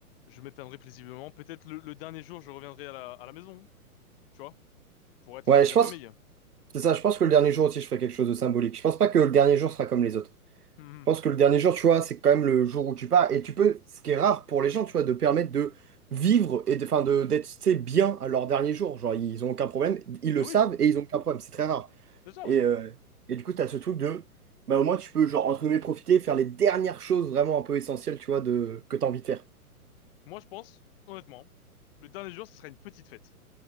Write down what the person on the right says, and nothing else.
Ouais,
je
pense.
C'est ça, je pense que le dernier jour aussi, je ferai quelque chose de symbolique. Je pense pas que le dernier jour sera comme les autres.
Je pense que le dernier jour, tu vois, c'est quand même le jour où tu pars. Et tu peux, ce qui est rare pour les gens, tu vois, de permettre de vivre et de, enfin, de, d'être, tu sais, bien à leur dernier jour. Genre, ils ont aucun problème, ils le
savent et ils ont aucun problème. C'est très rare.
Et,
euh, et du coup, t'as ce truc de, bah, au moins, tu peux, genre, entre guillemets, profiter, faire les dernières choses vraiment un peu essentielles, tu vois, de, que t'as envie de faire.